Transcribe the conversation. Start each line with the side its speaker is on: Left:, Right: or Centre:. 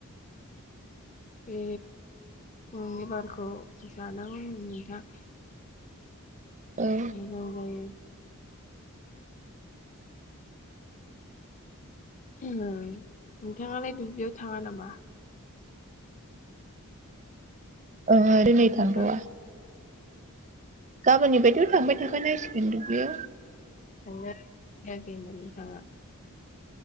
Left: बे फुंनि बारखौ जानांगौ नोंथां।
Right: औ
Left: मोजां जायो। उम नोंथाङालाय दुब्लियाव थाङा नामा?
Right: ओहो दिनै
Left: नोंथां?
Right: थांथ'आ। गाबोननि फायथ' थांबाय थाखा नांसिगिन दुब्लियाव।
Left: थांनो जायाखै होनबा नोंथाङा